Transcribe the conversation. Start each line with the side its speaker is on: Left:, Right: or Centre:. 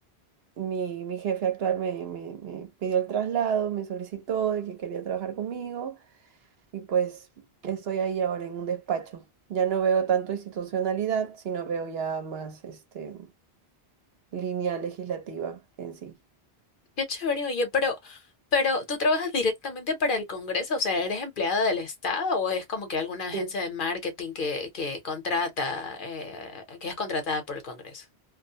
Right: mi, mi jefe actual me, me- me pidió el traslado, me solicitó de que quería trabajar conmigo. Y pues estoy ahí ahora en un despacho. Ya no veo tanto institucionalidad, sino veo ya más este, línea legislativa en sí.
Left: Qué chévere, oye, pero, pero ¿tú trabajas directamente para el Congreso? O sea, ¿eres empleada del Estado o es como que alguna agencia
Right: Sí.
Left: de marketing que, que contrata, eh, que es contratada por el Congreso?